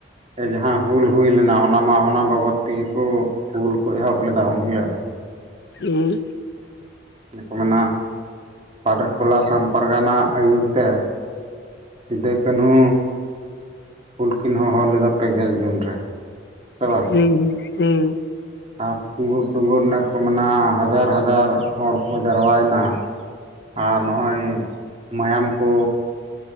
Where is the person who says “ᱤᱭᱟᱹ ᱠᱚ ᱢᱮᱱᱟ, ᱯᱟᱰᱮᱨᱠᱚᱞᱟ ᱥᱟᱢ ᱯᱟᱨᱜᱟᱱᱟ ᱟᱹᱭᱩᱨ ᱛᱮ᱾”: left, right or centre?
Right